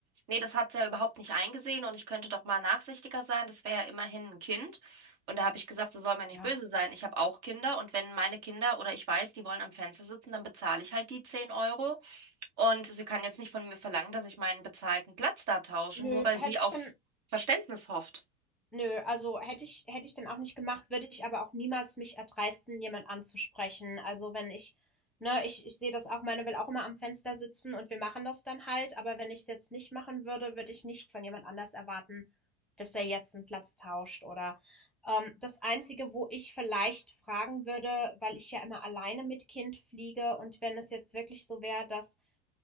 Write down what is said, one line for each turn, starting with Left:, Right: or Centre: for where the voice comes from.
Right: Nee, das hat sie ja überhaupt nicht eingesehen und ich könnte doch mal nachsichtiger sein, das wäre ja immerhin ein Kind. Und da habe ich gesagt, sie soll mir nicht
Centre: Ja.
Right: böse sein, ich habe auch Kinder und wenn meine Kinder oder ich weiß, die wollen am Fenster sitzen, dann bezahle ich halt die 10 Euro. Und sie kann jetzt nicht von mir verlangen, dass ich meinen bezahlten Platz da tausche,
Centre: Nö,
Right: nur weil
Centre: hätte
Right: sie auf
Centre: ich dann
Right: Verständnis hofft.
Centre: Nö, also hätte ich hätte ich dann auch nicht gemacht, würde ich aber auch niemals mich erdreisten, jemand anzusprechen. Also wenn ich, ne, ich, ich sehe das auch, meine will auch immer am Fenster sitzen und wir machen das dann halt, aber wenn ich es jetzt nicht machen würde, würde ich nicht von jemand anders erwarten, dass der jetzt einen Platz tauscht oder ähm, das Einzige, wo ich vielleicht fragen würde, weil ich ja immer alleine mit Kind fliege und wenn es jetzt wirklich so wäre, dass